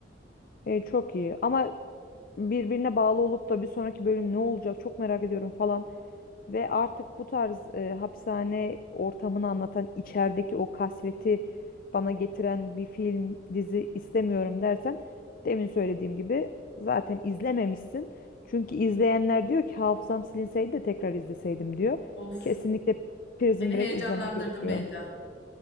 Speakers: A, on the left (about 50°); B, on the left (about 65°).
A: E, çok iyi ama birbirine bağlı olup da bir sonraki bölüm ne olacak çok merak ediyorum falan ve artık bu tarz e, hapishane ortamını anlatan içerideki o kasveti bana getiren bir film dizi istemiyorum dersen demin söylediğim gibi zaten izlememişsin. Çünkü izleyenler diyor ki hafızam silinseydi de tekrar izleseydim diyor.
B: Of
A: Kesinlikle Prison
B: beni
A: Break
B: heyecanlandırdın
A: izlemen gerekiyor.
B: Beyda.